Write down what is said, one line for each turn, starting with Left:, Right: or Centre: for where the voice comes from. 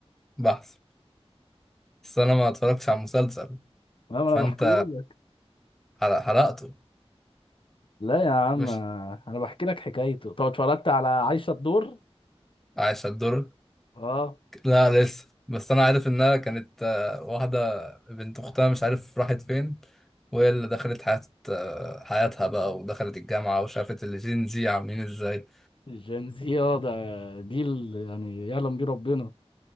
Centre: بحث بس أنا ما اتفرجتش على المسلسل
Left: ما ما
Centre: فأنت
Left: انا بحكيهولك
Centre: حرق- حرقته
Left: لا يا عم
Centre: مش
Left: انا بحكي لك حكايته طب اتفرجت على عايشة الدور
Centre: عايش الدور
Left: اه
Centre: لا لسه بس انا عارف انها كانت آه، واحده بنت اختها مش عارف راحت فين وهي اللي دخلت حياة آه، حياتها بقى ودخلت الجامعه وشافت الجين زي عاملين ازاي
Left: الجنزية ده جيل يعني يعلم بيه ربنا